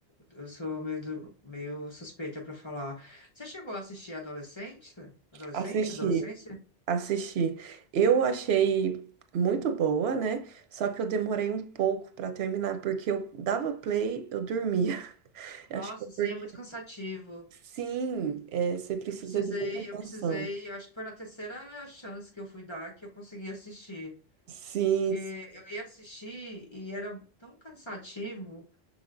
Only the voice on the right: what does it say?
Assisti,
Assisti. Eu achei muito boa, né? Só que eu demorei um pouco para terminar, porque eu dava play, eu dormia. <laughs>
Acho que é
porque
sim, é, você precisa
de muita atenção.
Sim,